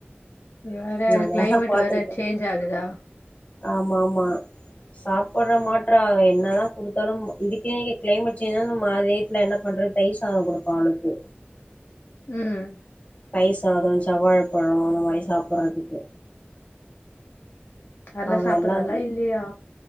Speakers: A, on the left; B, on the left.
A: இங்க வேற
B: நல்லாதா
A: கிளைமேட்
B: பாத்துருக்கே
A: வேற சேஞ்ச் ஆகுதா
B: ஆமா ஆமா சாப்பட்ற மாட்றா அவ என்னதா குடுத்தாலு இதுக்கே இங்க கிளைமேட் சேஞ்ச் <unintelligible> நம்ம வீட்ல என்ன பண்றது தயிர் சாதம் குடுப்போ அவுளுக்கு
A: ம்
B: தயிர் சாதொ செவ்வாழ பழோ அந்த மாரி சாப்புர்றதுக்கு
A: அதெல்லாம்
B: அவ
A: சாப்பிடுறாளா?
B: எல்லாமே
A: இல்லையா?